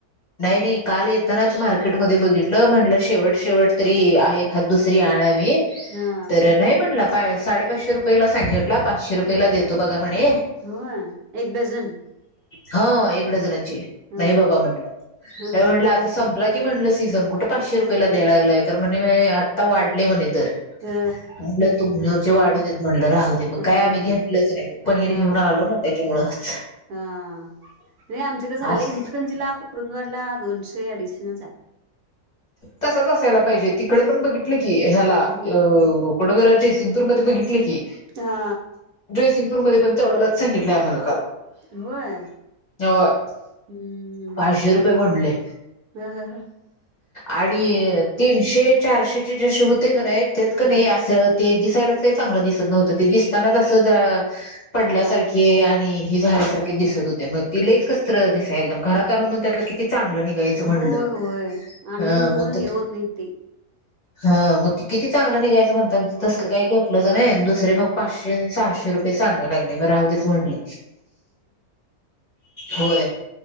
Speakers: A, on the left (about 35°); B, on the right (about 70°).
A: नाही नाही काल येतानाच मार्केटमध्ये बघितलं म्हटलं शेवट शेवट तरी एखाद दुसरी आणावी.
B: हा
A: तर नाही म्हणला. साडे पाचशे रुपयेला सांगीटला पाचशे रुपयाला देतो बघा. म्हणे
B: होय एक डझन
A: हा एकड जणांची
B: हा
A: नाही बाबा म्हण
B: ह ह
A: एवणलं आता सम की म्हणलंस सीझन कुठे पाचशे रुपयेला द्याय लागलाय तर म्हणे आता वाढले म्हणे दर
B: ह
A: म्हलं तुमचे वाढू देत म्हणलं राहू दे मग
B: ह
A: काय आम्ही घेतलच नाही मग पनीर
B: हा
A: घेऊन आलो ना त्याच्यामूळचं
B: हा हाेय आमच्याकड झालंय
A: अस
B: इ <unintelligible> कुरुंदवाड ला शे अडीशेनच हाय
A: तसाच असायला पाहिजे तिकड पण बघितलं की ह्याला
B: हो
A: कुठं जयसिंपूर मध्ये बघितल की
B: हा
A: जयसिंग मध्ये पण तेवड्याला सांगितलंय आम्हाला काल
B: होय
A: होय
B: हम्म
A: पाचशे रुपये म्हंटले.
B: ह ह ह
A: आणि
B: काय
A: तीनशे चारशे चे जशे होते कणी त्यात कनी
B: ह
A: अस ते दिसायला ते चांगलं दिसत नव्हतं. ते दिसतानाच असं जरा पडल्यासारखे
B: हा
A: आणि हे झाल्यासारख दिसत होते मग लइच कसतर दिसाल. घरात आणून मग त्यातलं किती चांगलं निघायचं
B: होय
A: म्हंटल हा
B: होय आणून ठेवून
A: म्हण.
B: हे होत नाही ते
A: हा मग किती चांगल निघायचं मग तस काही घेटलच दुसरे
B: हा
A: मग पाचशे सहाशे रुपय ते सांगाय लागल. मग राहुदेत
B: हा
A: म्हटलं. होय